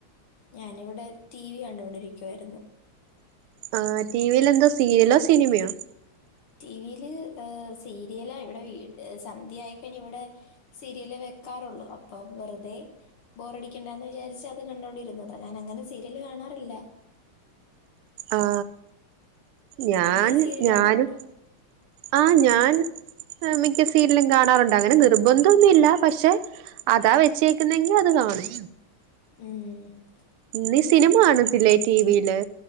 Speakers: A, on the left; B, on the right.
A: ഞാനിവിടെ ടി വി കണ്ടുകൊണ്ടിരിക്കുവായിരുന്നു
B: ആ ടിവിൽ എന്തോ സീരിയലോ സിനിമയോ
A: ടിവില് സീരിയലാ ഇവിടെ വി സന്ധ്യട്ട് ആയിക്കഴിഞ്ഞൽ ഇവിടെ സീരിയല് വെക് ക്കാറുള്ളൂ അപ്പം വെറുതെ ബോറടിക്കേണ്ട എന്ന് വിചരിച്ച് അത് കണ്ടോണ്ടിരുന്നാണ് ഞാൻ അങ്ങനെ സീരിയല് കാണാ റില്ല
B: ആ ഞാൻ
A: നീ സീരിയൽ
B: ഞനും
A: കാണാറുണ്ടോ
B: ആഹ് ഞാൻ മിക്ക സീനിലും കാണാറുണ്ട് അങ്ങനെ നിർബന്ധംമൊന്നുല്ല പക്ഷെ അതാ വെച്ചേക്കുന്നെങ്കി അത് കാണും
A: ഉം.
B: നീ
A: പിന്നെ
B: സിനിമ കാണത്തില്ലേ ടിവിയില്